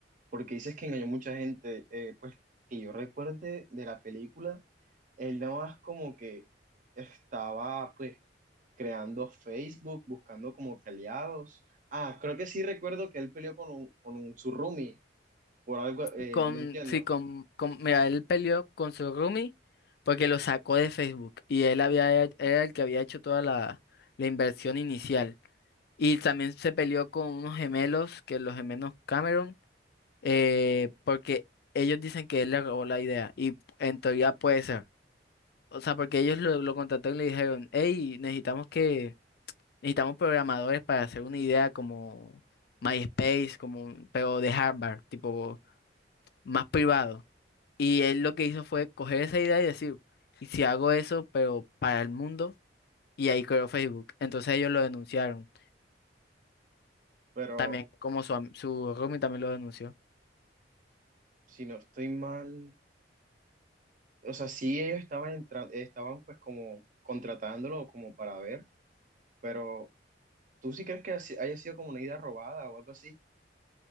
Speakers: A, on the right (about 45°); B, on the left (about 55°).
A: porque dices que engañó mucha gente, eh, pues que yo recuerde de la película, él nada más como que estaba pues creando Facebook, buscando como que aliados. Ah, creo que sí recuerdo que él peleó con, un- con un, su roomie por algo, eh,
B: Sí, Con,
A: no entiendo,
B: sí, con, con, mira, él peleó con su roomie porque lo sacó de Facebook. Y él había, era el que había hecho toda la, la inversión inicial. Y también se peleó con unos gemelos, que los gemelos Cameron, eh, porque ellos dicen que él le robó la idea. Y en teoría puede ser. O sea, porque ellos lo, lo contrataron y le dijeron, hey, necesitamos que, necesitamos programadores para hacer una idea como MySpace, como un- pero de Harvard, tipo más privado. Y él lo que hizo fue coger esa idea y decir, ¿y si hago eso, pero para el mundo? Y ahí creó Facebook. Entonces ellos lo denunciaron.
A: pero
B: También como su, am- su roomie también lo denunció.
A: si no estoy mal, o sea, sí ellos estaban entrando, estaban pues como contratándolo como para ver, pero ¿tú sí crees que así- haya sido como una idea robada o algo así?